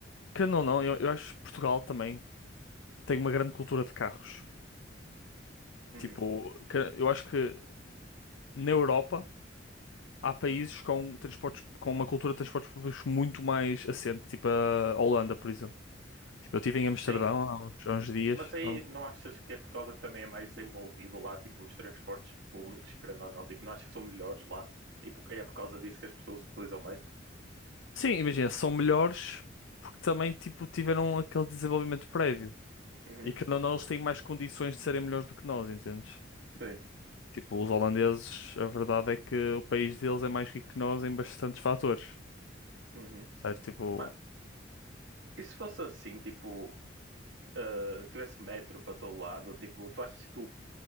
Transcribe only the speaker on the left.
querendo ou não, eu, eu acho que Portugal também. tem uma grande cultura de carros.
Tipo, que- eu acho que na Europa há países com transportes, com uma cultura de transportes públicos muito mais assente, tipo a Holanda, por exemplo. Tipo, eu estive em Amsterdão
há uns, há uns dias.
há um-
Sim, imagina, são melhores porque também tipo, tiveram aquele desenvolvimento prévio.
E que não, não, eles têm mais condições de serem melhores do que nós, entendes?
Tipo, os holandeses, a verdade é que o país deles é mais rico que nós em bastantes fatores.
Certo? Tipo,